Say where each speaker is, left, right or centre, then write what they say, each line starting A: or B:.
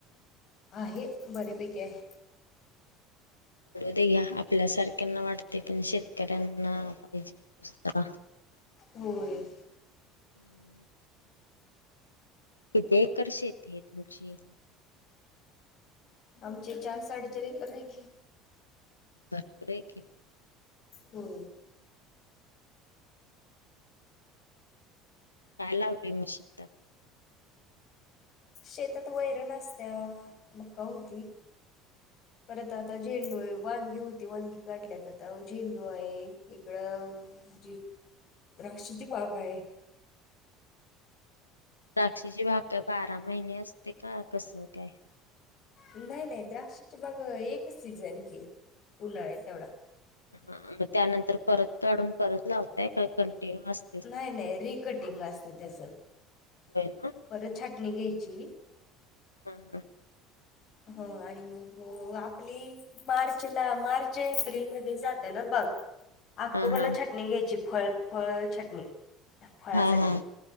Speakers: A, on the left (about 45°); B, on the left (about 85°).
A: आहे बरे पैकी आहे.
B: पडू दे घ्या आपल्यासारख्यांना वाटते पण शेतकऱ्यांना पाहिजे. ह
A: होय.
B: किती एकर शेती आहे तुमची?
A: आमचे चार साडेचार एकर आहे की,
B: भरपूर आहे की
A: हम्
B: काय लावली मग शेतात
A: शेतात वैरण असत्या मका होतोय परत आता झेंडू आहे, वांगी होती वांगी काढल्यात आता झेंडू आहे इकडं, म्हणजे द्राक्षेची बाग आहे.
B: द्राक्षाच्या बागा बारा महिने असते का कसं काय.
A: नाही नाही द्राक्षाचे बाग एकच सीझन की उन्हाळ्या तेवढा
B: ह मग त्यानंतर परत काढून परत लावताय का कंटिन्यू अस
A: नाही नाही रिकटिंग असत त्याच
B: होय ना
A: परत छाटणी घ्यायची.
B: हा हां
A: हो आणि मग आपली मार्चला मार्च एप्रिलमध्ये जात ना बाग ऑक्टोबरला
B: हा हा
A: छाटणी घ्यायची फ फळ छटणी फळासाठी
B: हा हा